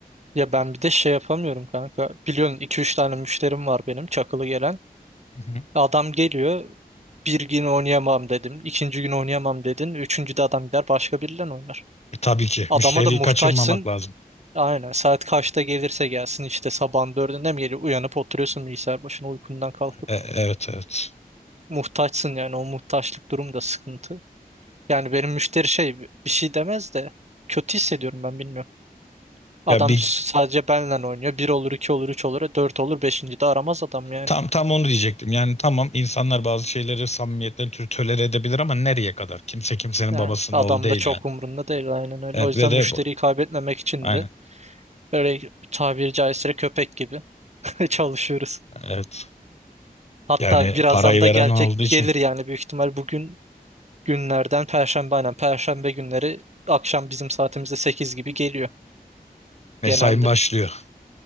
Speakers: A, on the right; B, on the left.
A: Ya ben bir de şey yapamıyorum kanka. Biliyorsun iki üç tane müşterim var benim çakılı gelen.
B: Hı hı.
A: Adam geliyor. Bir gün oynayamam dedim. ikinci gün oynayamam dedin. Üçüncü de adam gider başka biriyle oynar.
B: E, tabii ki
A: Adama
B: müşteriyi
A: da muhtaçsın.
B: kaçırmamak lazım.
A: Aynen saat kaçta gelirse gelsin işte sabahın dördünde mi geliyor? Uyanıp oturuyorsun bilgisayar başına uykundan kalkıp.
B: E, evet evet.
A: Muhtaçsın yani o muhtaçlık durum da sıkıntı. Yani benim müşteri şey bir şey demez de kötü hissediyorum ben bilmiyorum. Adam
B: Ya bir
A: s- sadece benle oynuyor. Bir olur, iki olur, üç olur, dört olur, beşinci de aramaz adam yani.
B: Tam tam onu diyecektim. Yani tamam insanlar bazı şeyleri samimiyetleri tö- tölere edebilir ama nereye kadar? Kimse kimsenin
A: Yani
B: babasının
A: adam
B: oğlu değil
A: da çok
B: yani.
A: umrunda değil aynen öyle.
B: Evet
A: O yüzden
B: ve de
A: müşteriyi
B: bu.
A: kaybetmemek için
B: Aynen.
A: de böyle tabiri caizse köpek gibi <laughs> çalışıyoruz.
B: Evet.
A: Hatta
B: Yani
A: birazdan
B: parayı
A: da
B: veren
A: gelecek
B: olduğu
A: gelir
B: için
A: yani büyük ihtimal bugün günlerden Perşembe aynen Perşembe günleri akşam bizim saatimizde 8 gibi geliyor
B: mesain
A: genelde.
B: başlıyor.